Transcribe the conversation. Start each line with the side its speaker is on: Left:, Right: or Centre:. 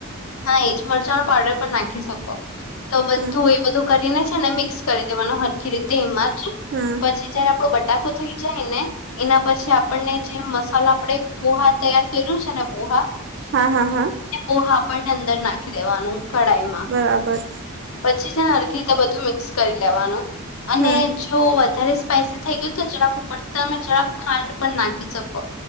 Left: હા એજ મરચા નો પાવડર પણ નાખી શકો. તો બધું
Right: હમ
Left: બધું કરીને છે અને મિક્સ કરી દેવાનું સરખી રીતે એમાં જ
Right: હમ
Left: પછી જયારે આપણો બટાકો થઈ જાય ને એના પછી આપણને જે મસાલા આપણે પોહા તૈયાર કર્યું છે ને, પોહા
Right: હા, હા, હા.
Left: તે પોહા આપણે અંદર નાખી દેવાનું, કઢાઈમાં.
Right: બરાબર.
Left: પછી છે ને સરખી રીતે બધું મિક્સ કરી લેવાનું અને
Right: હમ
Left: જો વધારે સ્પાઈસી થઈ ગયું તો થોડુંક ઉપરથી તમે થોડુંક ખાંડ પણ નાખી શકો.